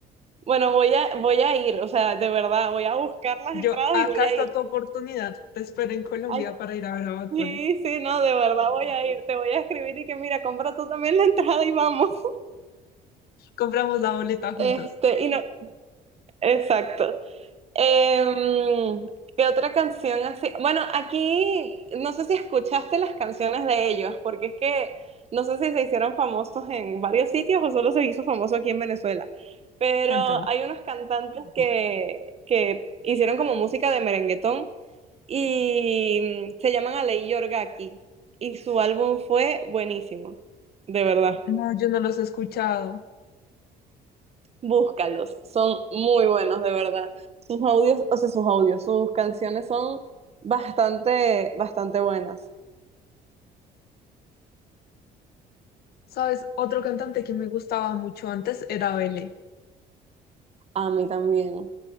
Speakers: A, on the right; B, on the left.
A: Bueno, voy a, voy a ir, o sea, de verdad, voy a buscar las
B: Yo,
A: entradas
B: acá
A: y voy
B: está
A: a ir.
B: tu oportunidad. Te espero en Colombia
A: Ay,
B: para ir a ver a Bad
A: sí,
B: Bunny.
A: sí, no, de verdad voy a ir. Te voy a escribir y que mira, compra tú también la entrada y vamos.
B: Compramos la boleta juntas.
A: Este, y no, exacto. Em, ¿qué otra canción así? Bueno, aquí no sé si escuchaste las canciones de ellos, porque es que no sé si se hicieron famosos en varios sitios o solo se hizo famoso aquí en Venezuela, pero
B: Cuéntame.
A: hay unos cantantes que, que hicieron como música de merenguetón y mm, se llaman Alei Yorgaki y su álbum fue buenísimo, de verdad.
B: No, yo no los he escuchado.
A: Búscalos, son muy buenos, de verdad. Sus audios, o sea, sus audios, sus canciones son bastante, bastante buenas.
B: ¿Sabes? Otro cantante que me gustaba mucho antes era Belé.
A: A mí también,